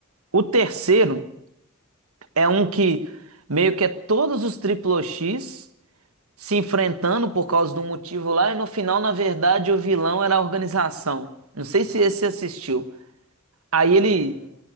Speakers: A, on the right; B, on the left.
A: O terceiro é um que meio que é todos os Triple X se enfrentando por causa de um motivo lá e no final, na verdade, o vilão era a organização. Não sei se esse você assistiu. Aí
B: Ah,
A: ele,
B: isso eu não.